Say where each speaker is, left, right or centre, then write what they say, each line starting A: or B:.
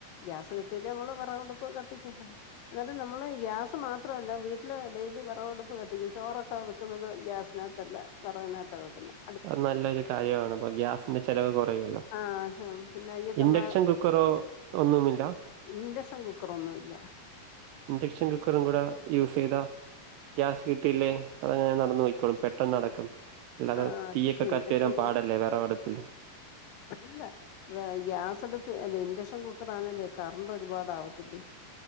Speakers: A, on the left; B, on the right.
A: ഗ്യാസ് കിട്ടീല്ല നമ്മള് വിറകടുപ്പ് കത്തിക്കണം എന്നിട്ടും നമ്മള് ഗ്യാസ് മാത്രമല്ല വീട്ടില് ഡെയിലി വിറവടുപ്പ് കത്തിക്കും ചോറൊക്കെ ഇപ്പം വെക്കുന്നത് ഗ്യാസിനകത്തല്ല വിറക് നകത്ത വെക്കുന്നത്
B: അത് നല്ലൊരു കാര്യമാണ് അപ്പൊ ഗ്യാസിന്റെ ചെലവ് കുറയല്ലോ
A: ആഹ് പിന്നെ അയ്യത്തുള്ള
B: ഇൻഡക്ഷൻ കുക്കറോ ഒന്നുമില്ല
A: ഇഡക്ഷൻ കുക്കറ ഒന്നും ഇല്ല
B: ഇൻഡക്ഷൻ കുക്കർ ഇവടെ യൂസ് ചെയ്താ ഗ്യാസ് കിട്ടിയില്ലേ അതങ്ങനെ നടന്ന് നോക്കോളും പെട്ടെന്ന് നടക്കും അല്ലാതെ
A: ആഹ്
B: തീയൊക്കെ
A: പക്ഷെ ഇൻഡക്ഷൻ
B: കത്തി വരാൻ പാടല്ലേ വിറക് ടുപ്പില്
A: അല്ല വെ ഗ്യാസ് ക്കെ അല്ല ഇൻഡക്ഷൻ കുക്കറണേ കറണ്ട് ഒരുപാട് ആവത്തില്ലേ